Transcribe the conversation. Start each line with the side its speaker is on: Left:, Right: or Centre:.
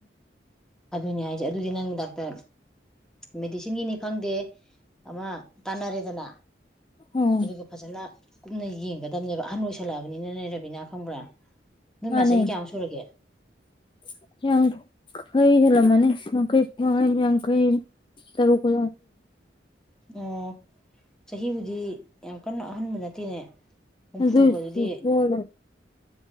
Centre: ꯑꯗꯨꯅꯤ ꯍꯥꯏꯁꯦ ꯑꯗꯨꯗꯤ ꯅꯪ ꯗꯥꯛ ꯗ ꯃꯦꯗꯤꯁꯤꯟꯒꯤꯅꯤ ꯈꯪꯗꯦ ꯑꯃ ꯇꯥꯟꯅꯔꯦꯗꯅ
Left: ꯎꯝ
Centre: ꯑꯗꯨꯒ ꯐꯖꯅ ꯀꯨꯞꯅ ꯌꯦꯡꯒꯗꯕꯅꯦꯕ ꯑꯍꯟ ꯑꯣꯏꯁꯜꯂꯛꯑꯕꯅꯤꯅꯅꯦ ꯔꯕꯤꯅꯥ ꯈꯪꯕ꯭ꯔꯥ ꯅꯣꯏ
Left: ꯃꯥꯅꯦ
Centre: ꯃꯥ ꯆꯍꯤ ꯀꯌꯥꯃꯨꯛ ꯁꯨꯔꯒꯦ
Left: ꯁ ꯍꯩꯒꯂ ꯃꯅꯤ ꯀꯩ ꯐꯉ ꯌꯥꯝ ꯀꯩ ꯇꯔꯨ ꯀ
Centre: ꯑꯣ ꯆꯍꯤꯕꯨꯗꯤ ꯌꯥꯝ ꯀꯟꯅ ꯑꯍꯟꯕ ꯅꯠꯇꯦꯅꯦ ꯍꯨꯝꯐꯨꯒꯗꯨꯗꯤ
Left: ꯂꯧꯁꯤꯟꯕ ꯉꯝꯗꯕ